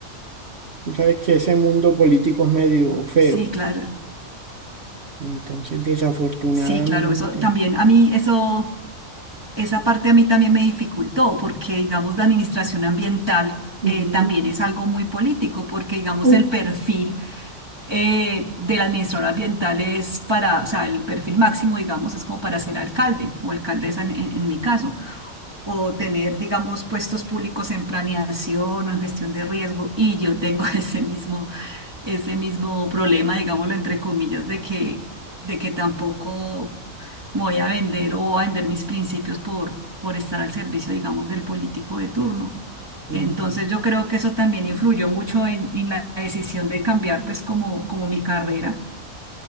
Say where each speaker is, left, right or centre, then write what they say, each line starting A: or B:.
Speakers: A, on the right; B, on the right.
A: Tú sabes que ese mundo político es medio feo.
B: Sí, claro.
A: Entonces, desafortunadamente.
B: Sí, claro, eso también a mí eso esa parte a mí también me dificultó porque digamos la administración ambiental
A: Ujú.
B: eh, también es algo muy político porque digamos
A: Uf,
B: el perfil eh, del administrador ambiental es para, o sea, el perfil máximo digamos es como para ser alcalde o alcaldesa en en- en mi caso. o tener, digamos, puestos públicos en planeación o en gestión de riesgo. Y yo tengo <laughs> ese mismo, ese mismo problema, digámoslo entre comillas, de que, de que tampoco me voy a vender o a vender mis principios por, por estar al servicio, digamos, del político de turno.
A: Ujú.
B: Entonces yo creo que eso también influyó mucho en, en la decisión de cambiar, pues, como, como mi carrera.